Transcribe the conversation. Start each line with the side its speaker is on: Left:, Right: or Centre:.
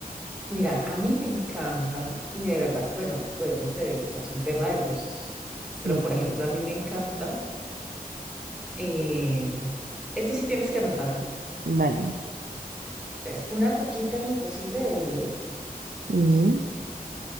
Centre: Mira, a mí me encanta, y de verdad, bueno, vuelvo y te digo, o sea, es un tema de gustos.
Right: Sí,
Centre: Pero, por ejemplo, a mí me encanta, eh, esto sí tienes que anotarlo.
Right: vale.
Centre: Entonces, una coquita en lo posible de vidrio.
Right: Sí,